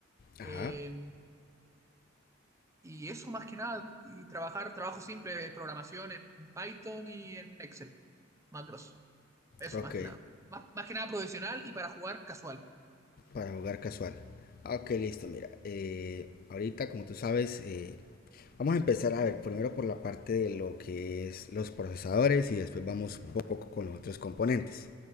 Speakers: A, on the right (about 15°); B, on the left (about 45°).
A: Eh,
B: Ajá,
A: y eso más que nada. Y trabajar trabajo simple de programación en Python y en Excel. Macros. Eso
B: ok.
A: más que nada. Más, más que nada profesional y para jugar casual.
B: Para jugar casual. Ah, Ok, listo, mira. eh, ahorita, como tú sabes, eh, vamos a empezar a ver primero por la parte de lo que es los procesadores y después vamos poco a poco con los otros componentes.